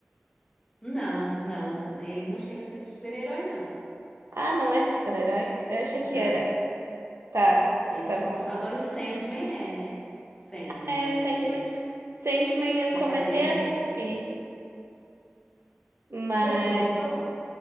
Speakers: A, on the left (about 15°); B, on the right (about 75°).
A: Não, não, ele não chega a ser super-herói, não.
B: Ah, não é de super-herói? Eu achei
A: Não,
B: que era. Tá,
A: esse
B: tá
A: não.
B: bom.
A: Agora o Sandman é, né? Sandman
B: É, o Sandman.
A: é, é,
B: Sandman eu
A: tem
B: comecei
A: quadrinho
B: a
A: deles.
B: assistir, mas
A: Bom, você gostou?